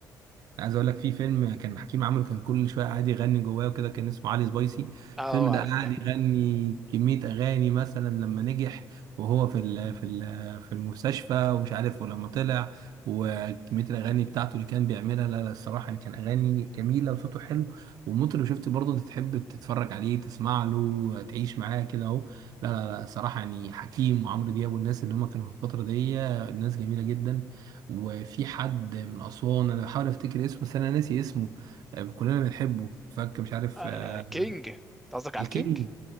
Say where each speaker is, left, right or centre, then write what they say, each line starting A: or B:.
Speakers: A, on the right; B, in the centre.
A: عايز اقول لك في فيلم كان حكيم عامله كان كل شويه قاعد يغني جواه وكده كان اسمه علي سبايسي
B: اه
A: الفيلم ده
B: عارفه
A: قاعد
B: ده
A: يغني كميه اغاني مثلا لما نجح وهو في ال في ال في المستشفى ومش عارف ولما طلع وكميه الاغاني بتاعته اللي كان بيعملها لا لا الصراحه يعني كان اغاني جميله وصوته حلو ومطرب شفت برضه انت تحب تتفرج عليه تسمع له تعيش معاه كده اهو لا لا لا صراحه يعني حكيم وعمرو دياب والناس اللي هم كانوا في الفتره دي ناس جميله جدا وفي حد من أسوان أنا بحاول أفتكر اسمه بس أنا ناسي اسمه آه، كلنا بنحبه فك مش عارف
B: آه
A: آه،
B: كينج انت قصدك على
A: الكينج
B: الكينج